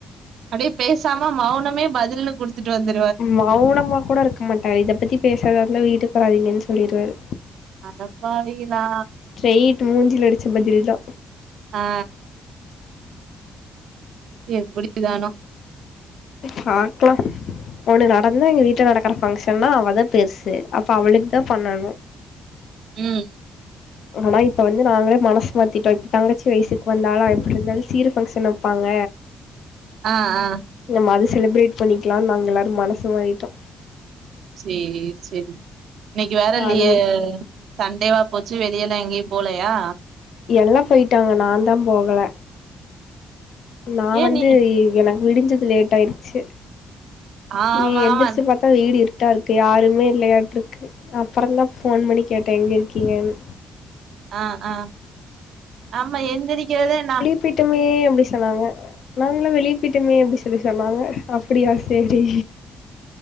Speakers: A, on the right; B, on the left.
A: அப்டியே பேசாம மௌனமே பதில்னு குடுத்துட்டு வந்து
B: மௌனமா கூட இருக்க மாட்டாரு இத பத்தி பேசுறதா இருந்தா வீட்டு வாராதீங்கன்னு சொல்லிருவாரு
A: அடப்பாவிகளா
B: ஸ்ரெயீட் மூஞ்சில அடிச்ச பதில் தா
A: ஆ ஆ எப்டி தானே
B: பாக்கலா ஒண்ணு நடந்தா எங்க வீட்டு நடக்கிற பங்க்ஷன்னா அவதா பெருசு அப்ப அவளுக்கு தா பண்ணணு
A: ம்
B: ஆனா இப்ப வந்து நாங்களே மனசு மாத்திட்டோ இப்ப தங்கச்சி வயசுக்கு வந்தாலு எப்டி இருந்தாலு சீறு ஃபங்க்ஷன் வைப்பாங்க
A: ஆ ஆ
B: நம்ம அது செலிபிரேட் பண்ணிக்கலா நாங்க எல்லாரு மனசு மாறிட்டோ
A: சேர் சேரி இன்னிக்கி வேற இல்லியே
B: அது
A: சண்டேவா போச்சு வெளியெல்லா எங்கயு போலயா
B: எல்லா போயிட்டாங்க நா தா போகல நா
A: ஏ
B: வந்து
A: நீ
B: எனக் விடிஞ்சது லேட்ட ஆயிருச்சு
A: ஆமா
B: வ எந்திரிச்சி
A: ஆமா
B: பாத்தா வீடு இருட்டா இருக் கு யாருமே இல்லயாட்டு இருக்கு அப்றோ தா ஃபோன் பண்ணி கேட்டே எங்க இருக்கீங்கன்னு
A: ஆ ஆ ஆமா எந்திரிக்கத நா
B: ப்பட்டுமே அப்டி சொன்னாங்க நாங்கல்ளா வெளியே போயிட்டமே அப்டி சொல்லி சொன்னாங்க அப்டியா சேரி